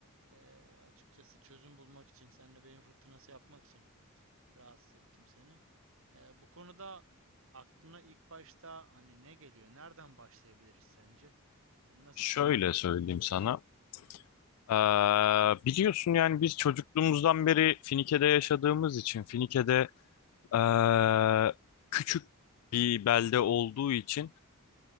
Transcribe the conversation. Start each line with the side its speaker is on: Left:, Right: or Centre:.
Right: e, açıkçası çözüm bulmak için, seninle beyin fırtınası yapmak için rahatsız ettim seni. E, bu konuda aklına ilk başta hani ne geliyor, nereden başlayabiliriz sence? E, nasıl
Left: Şöyle
Right: bir çözüm yolu
Left: söyleyeyim
Right: bulabiliriz?
Left: sana. Ee, biliyorsun yani biz çocukluğumuzdan beri Finike'de yaşadığımız için Finike'de ee, küçük bir belde olduğu için